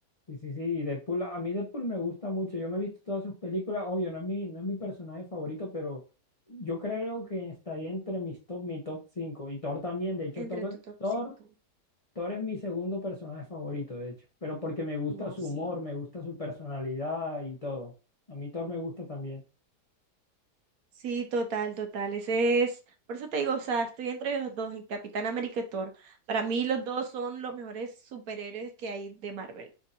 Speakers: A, on the left; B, on the right.
A: sí, sí, sí, y Deadpool, a mí Deadpool me gusta mucho, yo me he visto todas sus películas, obvio, no es mi, no es mi personaje favorito, pero yo creo que estaría entre mis top, mi top 5. y Thor también, de hecho,
B: Entre
A: Thor,
B: tu top
A: Thor,
B: 5
A: Thor es mi segundo personaje favorito, de hecho, pero porque me gusta
B: no
A: su
B: sé.
A: humor, me gusta su personalidad y todo. A mí Thor me gusta también.
B: Sí, total, total. Ese es, por eso te digo, o sea, estoy entre los dos, en Capitán América y Thor. Para mí los dos son los mejores superhéroes que hay de Marvel,